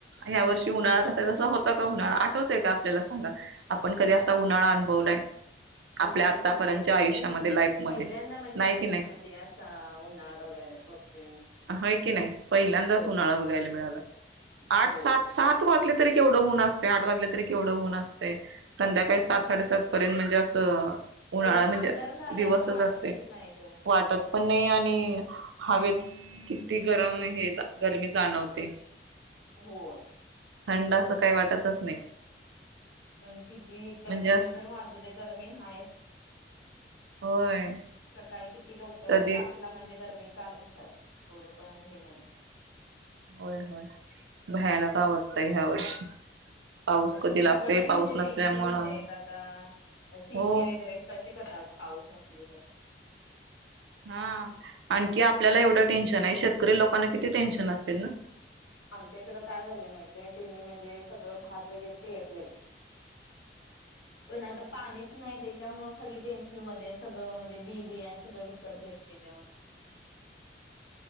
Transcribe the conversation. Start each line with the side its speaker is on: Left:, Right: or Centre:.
Right: या वर्षी उन्हाळा कसा आहे तसा होता का? उन्हाळा आठवतोय का आपल्याला सांगा आपण कधी असा उन्हाळा अनुभवलाय. आपल्या
Left: नाहीच
Right: आतापर्यंतच्या
Left: नाहीच
Right: आयुष्यामध्ये
Left: कधीच नाही
Right: लाईफमध्ये.
Left: पहिल्यांदा म्हणजे
Right: नाही
Left: आयुष्यामध्ये
Right: की नाही
Left: असा उन्हाळ बघाय. बघतोय मी.
Right: होय की नाही पहिल्यांदाच
Left: हो.
Right: उन्हाळा बघायला मिळाला आठ
Left: हो
Right: सात सात वाज तरीवढं होऊन असते आठ वाजले तरीवढं होऊन असते संध्याकाळी सात साडेसात पर्यंत म्हणजे असं. उन्हाळा
Left: अंधार
Right: म्हणजे
Left: झालाय
Right: दिवसच
Left: असं वाटतच
Right: असते
Left: नाही तो
Right: वाटत पण नाही आणि हवेत किती गरम हे गरमी जाणवते
Left: हो
Right: थंड असं काही वाटतच नाही
Left: आणि किती
Right: म्हणजे
Left: किती
Right: असं
Left: पण वाजले ते गरमी हायच
Right: होय
Left: सकाळी किती लवकर
Right: कधी
Left: सात ला म्हणजे गरमी चालूच असते एवढं पण नाही.
Right: होय होय भयानक
Left: हम्म
Right: अवस्था आहे ह्या वर्षी पाऊस
Left: म्हणजे
Right: कधी
Left: सगळे
Right: लागतोय
Left: म्हणजे
Right: पाऊस नसल्यामुळं
Left: टेन्शन मध्ये आहेत आता शेती
Right: हो
Left: वगैरे कशी करणार पाऊस नसले तर
Right: हा आणखी आपल्याला एवढं टेन्शन आहे शेतकरी लोकांना किती टेन्शन असेल ना
Left: आमच्या इकड काय झालं माहितय त्यांनी म्हणजे सगळं भात वगैरे पेरले <inaudible> पण आता पाणीच नाही त्याच्यामुळे सगळी टेन्शन मध्ये सगळं म्हणजे बी बियाणं सगळं विकत घेत- -ल